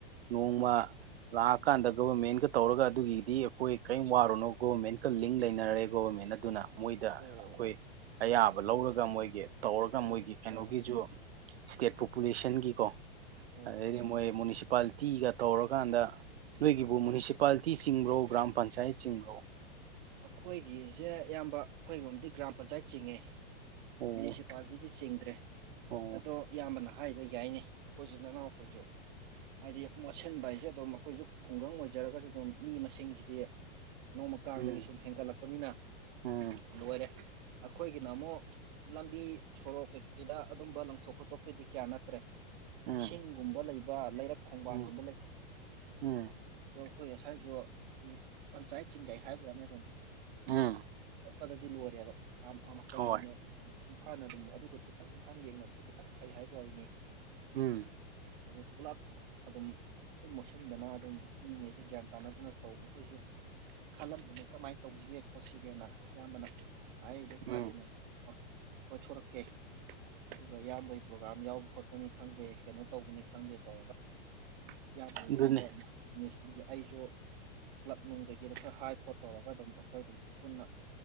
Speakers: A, on the right; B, on the right.
A: ꯅꯣꯡꯃ ꯂꯥꯛꯑꯀꯥꯟꯗ ꯒꯣꯕꯔꯃꯦꯟꯀ ꯇꯧꯔꯒ ꯑꯗꯨꯒꯤꯗꯤ ꯑꯩꯈꯣꯏ ꯀꯔꯤꯝ ꯋꯥꯔꯨꯅꯣ ꯒꯣꯕꯔꯃꯦꯟꯀ ꯂꯤꯡ ꯂꯩꯅꯔꯦ ꯒꯣꯕꯔꯃꯦꯟꯅ ꯑꯗꯨꯅ ꯃꯣꯏꯗ
B: ꯑꯣ
A: ꯑꯩꯈꯣꯏ ꯑꯌꯥꯕ ꯂꯧꯔꯒ ꯃꯣꯏꯒꯤ ꯇꯧꯔꯒ
B: ꯑꯣ
A: ꯃꯣꯏꯒꯤ ꯀꯩꯅꯣꯒꯤꯁꯨ
B: ꯑꯣ
A: ꯏꯁ꯭ꯇꯦꯠ ꯄꯣꯄꯨꯂꯦꯁꯟꯒꯤꯀꯣ
B: ꯑꯣ
A: ꯑꯗꯩꯗꯤ ꯃꯣꯏ ꯃꯨꯅꯤꯁꯤꯄꯥꯂꯤꯇꯤꯒ ꯇꯧꯔꯀꯥꯟꯗ ꯅꯣꯏꯒꯤꯕꯨ
B: ꯑꯥ
A: ꯃ꯭ꯌꯨꯅꯤꯁꯤꯄꯥꯂꯤꯇꯤ ꯆꯤꯡꯕ꯭ꯔꯣ ꯒ꯭ꯔꯥꯝ ꯄꯟꯆꯥꯌꯦꯠ ꯆꯤꯡꯕ꯭ꯔꯣ
B: ꯑꯩꯈꯣꯏꯒꯤꯁꯦ ꯢꯌꯥꯝꯕ ꯑꯩꯈꯣꯏ ꯔꯣꯝꯗꯤ ꯒ꯭ꯔꯥꯝ ꯄꯟꯆꯥꯌꯦꯠ ꯆꯤꯡꯉꯦ
A: ꯑꯣ
B: ꯃ꯭ꯌꯨꯅꯤꯁꯤꯄꯥꯂꯤꯇꯤꯗꯤ ꯆꯤꯡꯗ꯭ꯔꯦ
A: ꯑꯣ
B: ꯑꯗꯣ ꯏꯌꯥꯝꯕꯅ ꯍꯥꯏꯗꯣ ꯌꯥꯏꯅꯦ ꯑꯩꯈꯣꯏꯁꯨ ꯅꯅꯥꯎ ꯑꯩꯈꯣꯏꯁꯨ ꯍꯥꯏꯗꯤ ꯃꯣꯠꯁꯤꯟꯕ ꯍꯥꯏꯁꯦ ꯑꯗꯨꯝ ꯑꯩꯈꯣꯏꯁꯨ ꯈꯨꯡꯒꯪ ꯑꯣꯏꯖꯔꯒꯁꯨ ꯑꯗꯨꯝ ꯃꯤ ꯃꯁꯤꯡꯁꯤꯗꯤ ꯅꯣꯡꯃ ꯀꯥꯡꯗꯒꯤ
A: ꯎꯝ
B: ꯁꯨꯝ ꯍꯦꯟꯒꯠꯂꯛꯄꯅꯤꯅ
A: ꯎꯝ
B: ꯂꯣꯏꯔꯦ ꯑꯩꯈꯣꯏꯒꯤꯅ ꯑꯃꯨꯛ ꯂꯝꯕꯤ ꯁꯣꯔꯣꯛ ꯀꯩꯀꯩꯗ ꯑꯗꯨꯝꯕ ꯂꯪꯊꯣꯛ ꯈꯣꯠꯇꯣꯛꯄꯩꯗꯤ ꯀꯌꯥ ꯅꯠꯇ꯭ꯔꯦ
A: ꯎꯝ
B: ꯏꯁꯤꯡꯒꯨꯝꯕ ꯂꯩꯕ ꯂꯩꯔꯛ ꯈꯣꯡꯕꯥꯟꯒꯨꯝꯕ
A: ꯎꯝ
B: ꯂꯩꯕ
A: ꯎꯝ
B: ꯑꯗꯣ ꯑꯩꯈꯣꯏ ꯁꯨꯋꯥꯢꯁꯨ ꯄꯟꯆꯥꯌꯦꯠ ꯆꯤꯡꯖꯩ ꯍꯥꯏꯕ ꯋꯥꯅꯤ ꯑꯗꯨꯝ
A: ꯎꯝ
B: ꯃꯣꯠꯄꯗꯗꯤ ꯂꯣꯢꯔꯦꯕ <unintelligible> ꯀꯩꯅꯣꯝꯅꯦ
A: ꯍꯣꯏ
B: ꯏꯝꯐꯥꯜꯅ ꯑꯗꯨꯝ ꯑꯗꯨꯒ ꯈꯤꯇꯪ ꯏꯝꯐꯥꯜ ꯌꯦꯡꯅꯕꯗ ꯈꯤꯇꯪ ꯐꯩ ꯍꯥꯏꯕ ꯋꯥꯔꯤꯅꯤ
A: ꯎꯝ
B: ꯑꯗꯨ ꯄꯨꯂꯞ ꯑꯗꯨꯝ ꯑꯩ ꯃꯣꯠꯁꯤꯟꯗꯅ ꯑꯗꯨꯝ ꯃꯤꯉꯩꯁꯤ ꯒ꯭ꯌꯥꯟ ꯇꯥꯟꯅꯗꯅ ꯇꯧꯕ ꯈꯣꯏꯁꯨ ꯈꯜꯂꯝꯕꯅꯦ ꯀꯃꯥꯏꯅ ꯇꯧꯁꯤꯒꯦ ꯈꯣꯠꯁꯤꯒꯦꯅ ꯏꯌꯥꯝꯕꯅ ꯍꯥꯏꯔꯛꯏꯗꯨ ꯐꯔꯦꯅꯦ
A: ꯎꯝ
B: ꯀꯣꯏꯊꯣꯔꯛꯀꯦ ꯑꯗꯨꯒ ꯏꯌꯥꯝꯕꯒꯤ ꯄ꯭ꯔꯣꯒ꯭ꯔꯥꯝ ꯌꯥꯎꯕ ꯈꯣꯠꯄꯅꯤ ꯈꯪꯗꯦ ꯀꯩꯅꯣ ꯇꯧꯕꯅꯤ ꯈꯪꯗꯦ ꯇꯧꯔꯒ ꯏꯌꯥꯝꯕ ꯈꯣꯢꯗꯩ
A: ꯑꯗꯨꯅꯦ
B: ꯈꯔ ꯃꯨꯛ <unintelligible> ꯑꯩꯁꯨ ꯀ꯭ꯂꯕ ꯅꯨꯡ ꯀꯩꯀꯩꯗ ꯈꯔ ꯍꯥꯏ ꯈꯣꯠ ꯇꯧꯔꯒ ꯑꯗꯨꯝ ꯑꯩꯈꯣꯏ ꯑꯗꯨꯝ ꯄꯨꯟꯅ